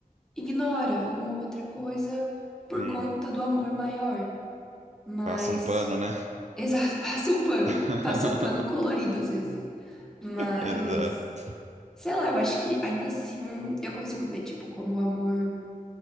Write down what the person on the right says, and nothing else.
Sim,
passa um pano, né?
<laughs>
Exato.